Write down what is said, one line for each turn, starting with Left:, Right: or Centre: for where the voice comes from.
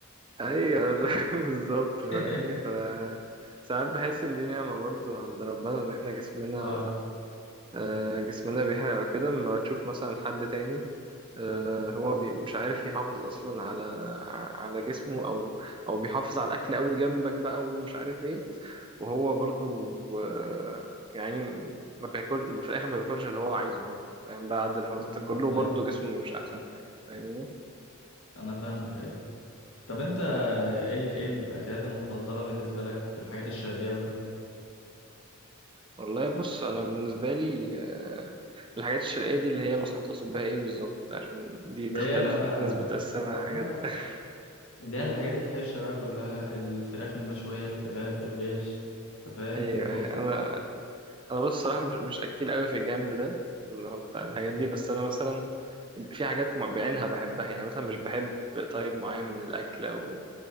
Right: أيوة والله <laughs> بالظبط فاهمني
Left: <laughs>
Right: ف ساعات بحس إن دي نعمة برضو عند ربنا إن إحنا جسمنا
Left: اه
Right: آه، جسمنا بيحرق وكده أما تشوف مثلا حد تاني آه، هو بي- مش عارف يحافظ اصلا على ع- على جسمه او او بيحافظ على الاكل قوي جنبك بقى ومش عارف ايه وهو برضو آه، يعني ما بياكل في الاخر ما بياكلش اللي هو عايزه برضو فاهم بعد الحفاظ
Left: بالظبط
Right: ده كله برضو
Left: ايوه
Right: جسمه مش احسن حاجه فاهمني
Left: انا فاهمك ايوه طب انت ايه ال... ايه الاكلات المفضله بالنسبه لك في الحاجات الشرقيه وكده
Right: والله بص انا بالنسبه لي آه، الحاجات الشرقيه دي اللي هي مثلا تقصد بها ايه بالظبط عشان دي
Left: اللي
Right: تختلف
Left: هي بقى
Right: في ناس بتقسمها
Left: لا
Right: حاجات
Left: لا
Right: <laughs>
Left: اللي هي الحاجات الحرشه بقى كلها الفراخ المشويه الكباب الريش انت فاهم
Right: ايوه
Left: الكفته
Right: أيوة. انا انا بص صراحه مش مش اكيل قوي في الجنب ده اللي هو بتاع الحاجات
Left: مم.
Right: دي بس انا مثلا في حاجات مع- بعينها بحبها يعني مثلا مش بحب طيب معين من الأكل أو